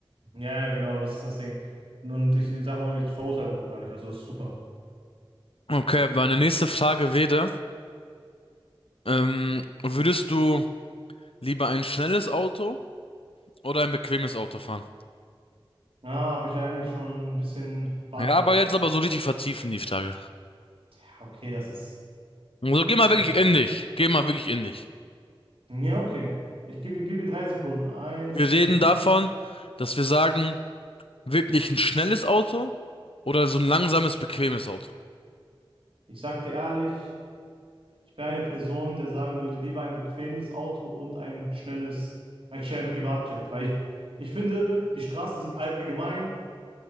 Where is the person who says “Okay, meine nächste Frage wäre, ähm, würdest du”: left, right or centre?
Left